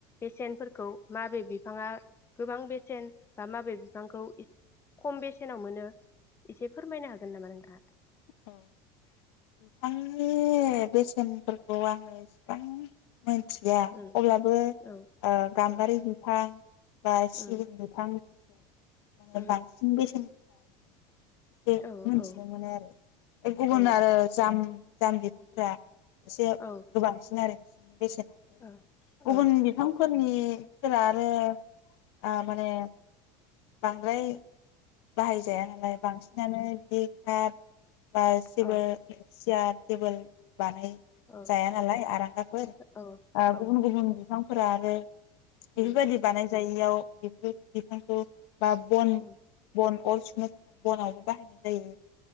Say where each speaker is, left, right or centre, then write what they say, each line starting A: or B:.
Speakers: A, on the left; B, on the left.
A: बेसेनफोरखौ माबे बिफाङा गोबां बेसेन बा माबे बिफांखौ खम बेसेनाव मोनो एसे फोरमायनो हागोन न नामा नोंथाङा
B: औ बिफांनि बेसेनफोरखौ आङो इसिबां मोनथिया
A: उम
B: अब्लाबो ओ
A: औ
B: गाम्बारि
A: ओ
B: बिफां बा सिगुन
A: उम
B: बिफां बेखौ <unintelligible> माने
A: उम
B: बं बेस <unintelligible> एसे
A: औ
B: मिथिनो
A: औ
B: मोनो आरो बे गुबुन
A: औ
B: आरो जाम जाम बिफांफ्रा एसे
A: औ
B: गोबांसिन आरो बेसेन
A: औ औ
B: गुबुन
A: ओ
B: बिफांफोरनि फोरा आरो आ माने बांद्राय बाहायजाया नालाय बांसिन बिदि खार बा जेबो
A: ओ
B: चेयार टेबोल बानाय
A: ओ
B: जाया नालाय आरांगाफोर
A: ओ औ
B: गुबुन गुबुन बिफांफोरा आरो बेफोरबायदि
A: उम
B: बानाय जायैयाव बेफोर बिफांखौ बा बन
A: उम
B: बन अर सुनो थाखाय बनावबो बाहायनाय जायो